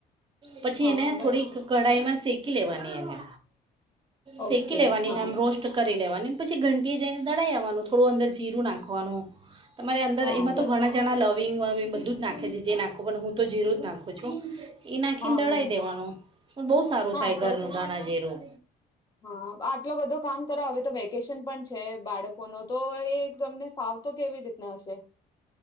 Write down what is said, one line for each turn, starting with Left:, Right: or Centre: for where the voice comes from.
Right: પછી
Left: હા
Right: એને
Left: બરાબર
Right: થોડીક કઢાઈમાં શેકી મકી લેવાની એને શેકી
Left: ઓકે
Right: લેવાની
Left: હા
Right: એમ રોસ્ટ કરી લેવાની. પછી ઘંટી જઈને દડાઈ આવવાનું થોડું અંદર જીરું નાખવાનું. તમારે
Left: હા
Right: અંદર એમાં
Left: બરાબર
Right: તો ઘણા જણા લાવ બધું જ નાખે છે જે નાખ હું તો જી જ નાખું છ એ નાખીને
Left: હા
Right: દળાવી
Left: બરાબર
Right: દેવાનું પણ બહુ સારું
Left: હા
Right: થાય
Left: તો
Right: ઘરનું
Left: તો
Right: દાણાઝરું
Left: હા આટલો બધો કામ કરો હવે તો વેકેશન પણ છે બાળકો ન તો એ <inaudible> તમને સાવ તો કેવી રીતના હશે <unintelligible>